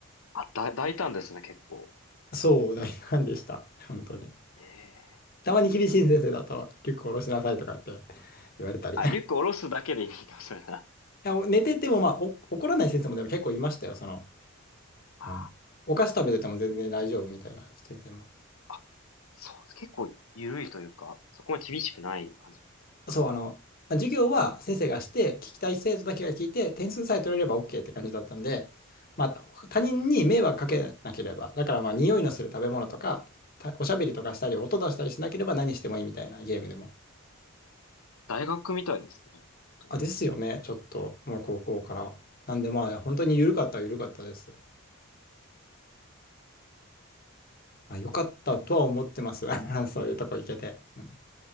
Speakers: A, on the left; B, on the left.
A: あ、だ、大胆ですね、結構。
B: そう大んでした。本当に。
A: ええ
B: たまに厳しい先生だと、リュック下ろしなさいとかって言われたり。
A: あ、リュック下ろすだけでいいんだ、それな。
B: や、お寝てても、まあ、お怒らない先生もでも結構いましたよ。その、
A: あ
B: あの、お菓子食べてても全然大丈夫みたいな先生も。
A: あ、そう、結構緩いというか、そこも厳しくない感じ。
B: そう、あの、まあ授業は先生がして、聞きたい生徒だけが聞いて、点数さえ取れれば OK って感じだったんで、まあ、他人に迷惑かけなければ、だからまあ、匂いのする食べ物とか、たおしゃべりとかしたり、音出したりしなければ何してもいいみたいなゲームでも。
A: 大学みたいですね、本当に。
B: あ、ですよね、ちょっと、もう高校から。なんでまあ、本当に緩かったは緩かったです。まあ、よかったとは思ってます。<laughs> そういうとこ行けて。うん